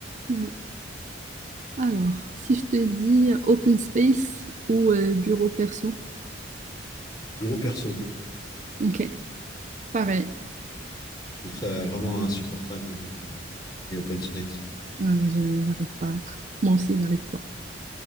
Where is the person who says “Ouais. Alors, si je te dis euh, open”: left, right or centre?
Right